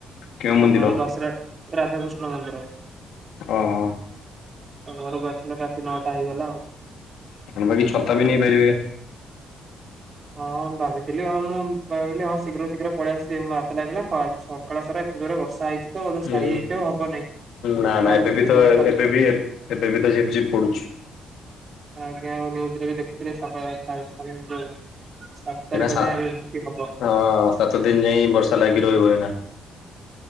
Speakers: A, on the left (about 80°); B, on the right (about 40°).
A: କେଉଁ
B: ତ
A: ମନ୍ଦିର
B: ଘରକୁ ଆସିଲେ ରାଧାକୃଷ୍ଣ ମନ୍ଦିର।
A: ଓହୋ।
B: ତ ଘରକୁ ଆସିଲେ ରାତି ନଅଟା ହେଇଗଲା ଆଉ।
A: ଆପଣ ବାକି ଛତା ବି ନେଇପାରିବେ।
B: ହଁ ଭାବିଥିଲି ହଁ ମୁଁ ଭାବିଲି ହଁ ଶୀଘ୍ର ଶୀଘ୍ର ପଳେଇ ଆ ସିବି ବାତି ଲାଗିଲା ଛଅ ସକାଳ ସାରା ଏତେଜୋର ବର୍ଷା ହେଇଛି ତ
A: ହୁଁ
B: ଛାଡିଯାଇଛି ଆଉ ହବନହିଁ
A: ନା
B: ଦେଖିଲା
A: ନା
B: ବେଳକୁ
A: ଏବେ
B: ଏତେ
A: ବି ତ
B: ଜୋରେ କାଚିଲା।
A: ଏବେ ବି ଏବେ ବି ତ ଝିପ୍ ଝିପ୍ ପଡୁଛି।
B: ଆଜ୍ଞା ଆଉନ୍ୟୁଜ ରେ ବି ଦେ ସେଥିରେ ସଫାଲେଖା ହେଇଚି ସାତ ତାରିଖ
A: ଏଇନା ସାତ
B: ଯାଏଁ ଏ ଏମିତି ହବ।
A: ହଁ ସାତ ଦିନ ଯାଇଁ ବର୍ଷା ଲାଗି ରହିବ ଏଇନା।